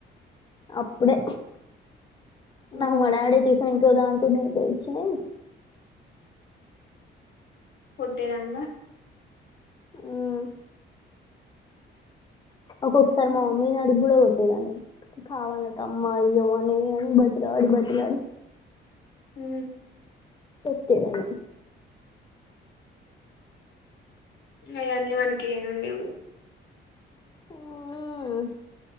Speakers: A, on the left; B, on the left.
A: అప్పుడే
B: ఉమ్
A: నాకు మా డాడీ టిఫిన్ చేయడానికి దింపు నుకు నకో వచ్చినాయి
B: కొట్టేదానివా
A: అ ఒక్కొ ఒకసారి
B: ఉమ్
A: మా మమ్మీ నడు కూడాడ గట్టదని కావాల తమ్ అయ్యో న బట్ రాడు బతిమి లాడు
B: హ
A: ఓకే తం
B: అవన్నీ మనకి ఏమి లేవు
A: ఉ